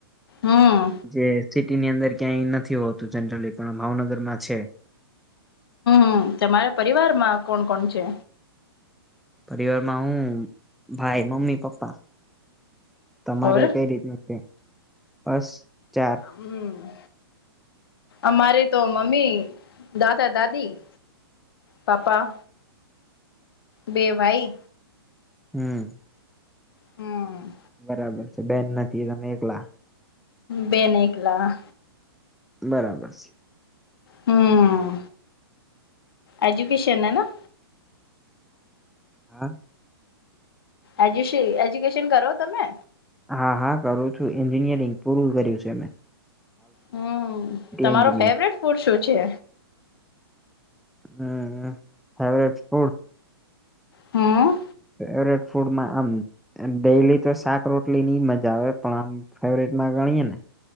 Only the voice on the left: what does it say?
હમ
હમ તમારા પરિવાર માં કોણ કોણ છે.
ઓર
હમ્મ. અમારે તો મમ્મી દાદા દાદી પાપા બે ભાઈ
હમ્મ.
બેન એકલા.
હમ્મ એજુકેશન ના.
એજ્યુ એજ્યુકેશન કરો તમે.
હમ તમારો
ફેવરેટ ફૂડ શું છે.
હમ્મ.